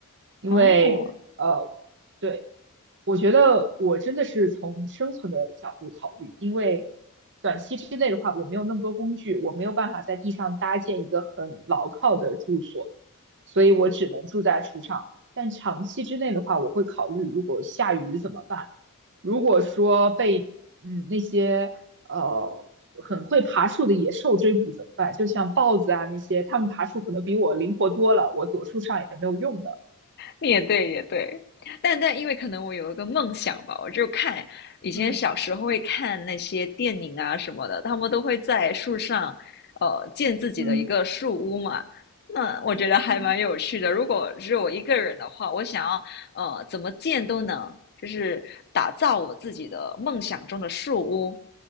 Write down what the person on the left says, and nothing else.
哦，
也对，也对，但但因为可能我有一个梦想吧，我就看以前小时候会看那些电影啊什么的，
他们都会在树上，呃，建自己的一个树屋嘛。
那我觉得还蛮有趣的。
如果只有我一个人的话，我想要呃怎么建都能，就是打造我自己的梦想中的树屋。